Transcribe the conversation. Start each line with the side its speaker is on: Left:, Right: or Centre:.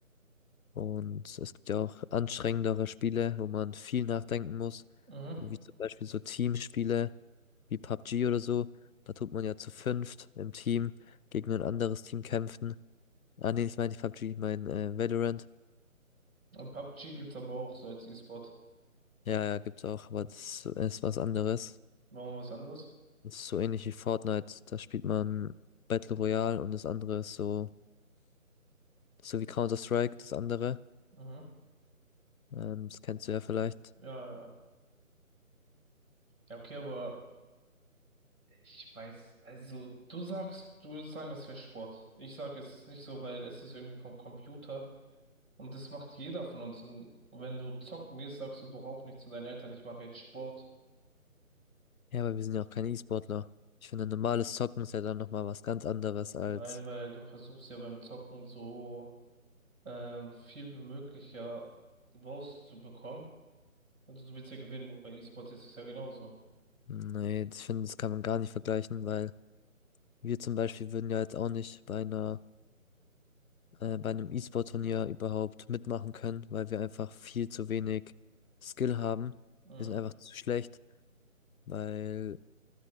Left: Und es gibt ja auch anstrengendere Spiele, wo man viel nachdenken muss,
Right: Mhm.
Left: wie zum Beispiel so Teamspiele wie PUBG oder so. Da tut man ja zu fünft im Team gegen ein anderes Team kämpfen. Ah nee, ich meine nicht PUBG, ich meine äh, Valorant.
Right: Und PUBG gibt's aber auch so als E-Sport.
Left: Ja, ja, gibt's auch, aber das ist was anderes.
Right: Machen wir was anderes?
Left: Das ist so ähnlich wie Fortnite. Da spielt man Battle Royale und das andere ist so, so wie Counter-Strike, das andere.
Right: Mhm.
Left: Ähm, das kennst du ja vielleicht.
Right: Ja, ja. Ja, okay, aber Ich weiß, also du sagst, du würdest sagen, es wäre Sport. Ich sage, es ist nicht so, weil es ist irgendwie vom Computer und das macht jeder von uns. Und wenn du zocken gehst, sagst du doch auch nicht zu deinen Eltern, ich mache jetzt Sport.
Left: Ja, aber wir sind ja auch keine E-Sportler. Ich finde, normales Zocken ist ja dann nochmal was ganz anderes als,
Right: Nein, weil du versuchst ja beim Zocken so ähm, viel wie möglich ja rauszubekommen. Also du willst ja gewinnen und bei E-Sport ist es ja genauso.
Left: nee, ich finde, das kann man gar nicht vergleichen, weil wir zum Beispiel würden ja jetzt auch nicht bei einer, äh, bei einem E-Sport-Turnier überhaupt mitmachen können, weil wir einfach viel zu wenig Skill haben.
Right: Mhm.
Left: Wir sind einfach zu schlecht, weil